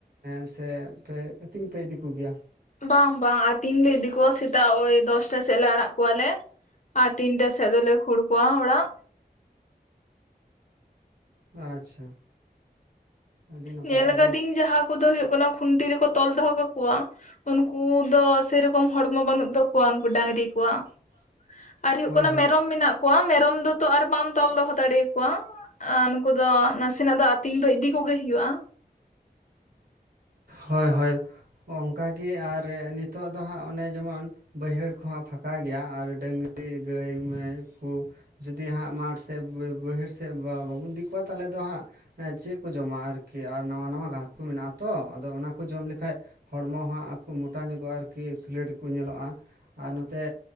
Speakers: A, on the right; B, on the left.
A: ᱥᱮ ᱯᱮ ᱟᱹᱛᱤᱧ ᱯᱮ ᱤᱫᱤ ᱠᱚᱜᱮᱭᱟ
B: ᱵᱟᱝ ᱵᱟᱝ ᱟᱹᱛᱤᱧ ᱞᱮ ᱤᱫᱤ ᱠᱚᱣᱟ ᱥᱮᱛᱟᱜ ᱳᱭ ᱫᱚᱥᱴᱟ ᱥᱮᱫ ᱞᱮ ᱟᱲᱟᱜ ᱠᱚᱣᱟᱞᱮ᱾ ᱟᱨ ᱛᱤᱱᱴᱟ ᱥᱮᱫ ᱫᱚᱞᱮ ᱠᱷᱳᱲ ᱠᱚᱣᱟ ᱚᱲᱟᱜ
A: ᱟᱪᱪᱷᱟ ᱟᱹᱰᱤ ᱱᱟᱯᱟᱭ
B: ᱧᱮᱞ
A: ᱟᱫᱚ
B: ᱠᱟᱫᱤᱧ ᱡᱟᱦᱟᱸ ᱠᱚᱫᱚ ᱦᱩᱭᱩᱜ ᱠᱟᱱᱟ ᱠᱷᱩᱱᱴᱤ ᱨᱮᱠᱚ ᱛᱚᱞ ᱫᱚᱦᱚ ᱠᱟᱠᱚᱣᱟ ᱩᱱᱠᱩ ᱫᱚ ᱥᱮᱨᱚᱠᱚᱢ ᱦᱚᱲᱢᱚ ᱵᱟᱹᱱᱩᱜ ᱛᱟᱠᱚᱣᱟ ᱩᱱᱠᱩ ᱰᱟᱝᱨᱤ ᱠᱚᱣᱟᱜ
A: <unintelligible>
B: ᱟᱨ ᱦᱩᱭᱩᱜᱜ ᱠᱟᱱᱟ
A: ᱦᱳᱭ
B: ᱢᱮᱨᱚᱢ ᱢᱮᱱᱟᱜ ᱠᱚᱣᱟ ᱢᱮᱨᱚᱢ ᱫᱚᱛᱚ ᱟᱨ ᱵᱟᱢ ᱛᱚᱞ ᱫᱚᱦᱚ ᱫᱟᱲᱮᱭᱟᱠᱚᱣᱟ ᱟ ᱱᱩᱠᱩ ᱫᱚ ᱱᱟᱥᱮᱱᱟᱜ ᱫᱚ ᱟᱛᱤᱧ ᱫᱚ ᱤᱫᱤ ᱠᱚᱜᱮ ᱦᱩᱭᱩᱜᱼᱟ
A: ᱦᱳᱭ ᱦᱳᱭ ᱚᱱᱠᱟᱜᱤ ᱟᱨ ᱱᱤᱛᱚᱜ ᱫᱚ ᱦᱟᱸᱜ ᱚᱱᱮ ᱡᱮᱢᱚᱱ ᱵᱟᱹᱭᱦᱟᱹᱲ ᱠᱚᱦᱚᱸ ᱯᱷᱟᱸᱠᱟ ᱜᱮᱭᱟ ᱟᱨ ᱰᱟᱹᱝᱨᱤ ᱜᱟᱹᱭ ᱢᱮᱨᱚᱢ ᱠᱩ ᱡᱩᱫᱤ ᱦᱟᱸᱜ ᱢᱟᱴᱷ ᱥᱮᱫ ᱵᱟᱹᱭᱦᱟᱹᱲ ᱥᱮᱫ ᱵᱟᱵᱚᱱ ᱤᱫᱤ ᱠᱚᱣᱟ ᱛᱟᱦᱚᱞᱮ ᱫᱚ ᱦᱟᱸᱜ ᱮ ᱪᱮᱜ ᱠᱚ ᱡᱚᱢᱟ ᱟᱨᱠᱤ ᱟᱨ ᱱᱟᱣᱟ ᱱᱟᱣᱟ ᱜᱷᱟᱥ ᱠᱚ ᱢᱮᱱᱟᱜᱼᱟ ᱛᱚ ᱟᱫᱚ ᱚᱱᱟ ᱠᱚ ᱡᱚᱢ ᱞᱮᱠᱷᱟᱡ ᱦᱚᱲᱢᱚ ᱦᱟᱸᱜ ᱠᱚ ᱢᱚᱴᱟ ᱧᱚᱜᱚᱜᱼᱟ ᱟᱨᱠᱤ ᱥᱩᱞᱮᱴ ᱜᱮ ᱠᱚ ᱧᱮᱞᱚᱜᱼᱟ ᱟᱨ ᱱᱚᱛᱮ